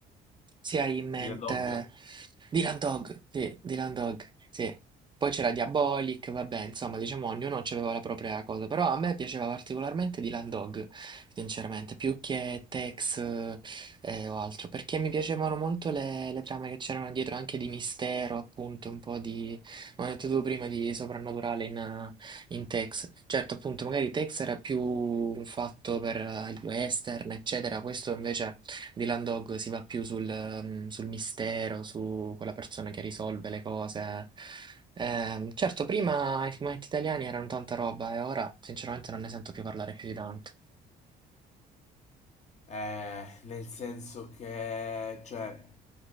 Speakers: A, on the right; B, on the left.
A: se hai in mente
B: Dylan Dog?
A: Dylan Dog, sì, Dylan Dog, sì. Poi c'era Diabolic, vabbè, insomma, diciamo ognuno aveva la propria cosa, però a me piaceva particolarmente Dylan Dog, sinceramente, più che Tex eh, o altro, perché mi piacevano molto le, le trame che c'erano dietro, anche di mistero, appunto, un po' di, come ho detto tu prima, di soprannaturale in, in Tex, certo, appunto, magari Tex era più fatto per eh, il western, eccetera. Questo invece di Landog si va più sul, ehm, sul mistero, su quella persona che risolve le cose. Ehm, certo, prima i fumetti italiani erano tanta roba e ora sinceramente non ne sento più parlare più di tanto.
B: Eh, nel senso che, cioè,